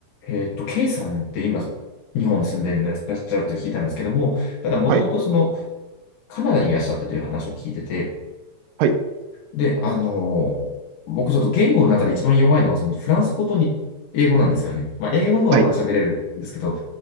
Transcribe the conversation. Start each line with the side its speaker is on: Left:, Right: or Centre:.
Left: えっと、K さんって今、日本に住んでいらっしゃると聞いたんですけども、ただ、もともとその、
Right: はい、
Left: カナダにいらっしゃったという話を聞いてて、
Right: はい、
Left: で、あの僕ちょっと言語の中で一番弱いのは、そのフランス語とに英語なんですよね。まあ、英語の方がまだ喋れるんですけど、
Right: はい。